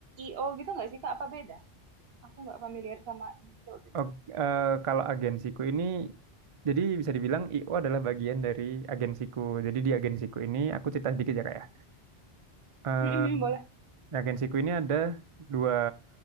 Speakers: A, on the right (about 70°); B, on the right (about 50°).
A: IO gitu nggak sih, Kak? Apa beda? Aku nggak familiar sama ini field itu.
B: Oh, eh, kalau agensiku ini, jadi bisa dibilang IO adalah bagian dari agensiku. Jadi di agensiku ini, aku cerita sedikit ya kak ya. Eh,
A: Mm-mm, boleh.
B: di agensiku ini ada dua,